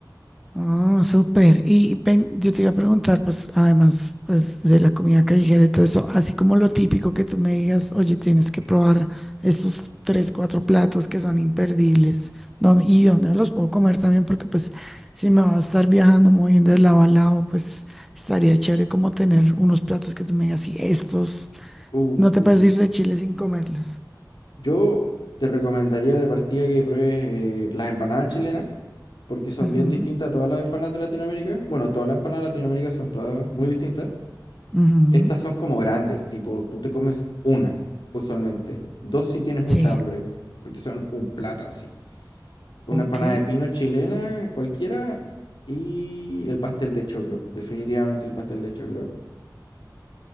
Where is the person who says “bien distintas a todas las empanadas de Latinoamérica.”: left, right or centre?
Left